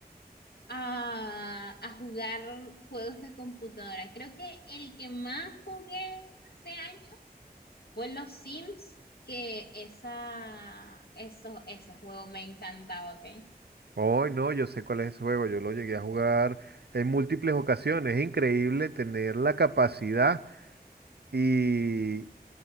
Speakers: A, on the left; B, on the right.
A: a, a jugar juegos de computadora. Creo que el que más jugué hace años fue los Sims, que esa, eso, ese juego me encantaba, ¿ok?
B: Hoy no, yo sé cuál es ese juego, yo lo llegué a jugar en múltiples ocasiones. Es increíble tener la capacidad y,